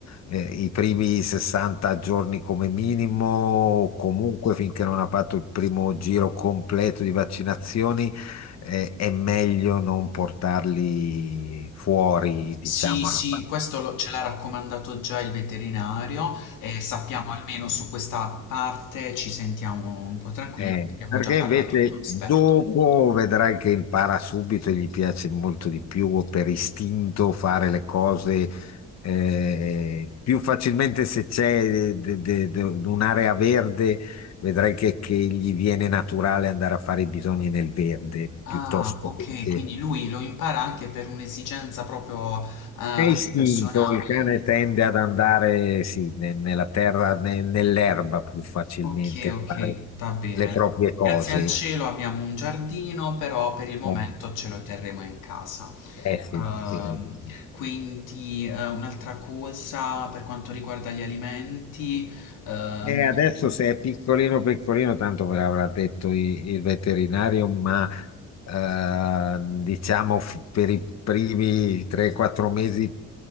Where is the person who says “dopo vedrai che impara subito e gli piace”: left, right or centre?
Left